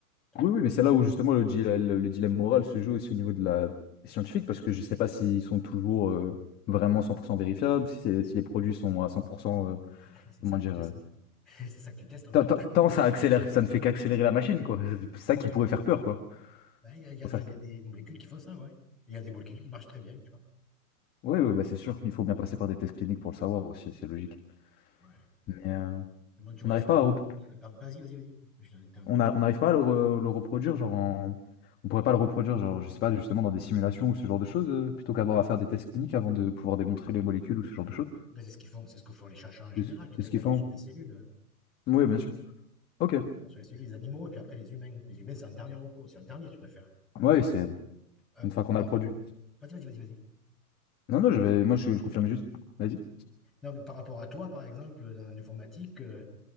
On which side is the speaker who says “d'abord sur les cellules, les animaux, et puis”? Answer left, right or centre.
Centre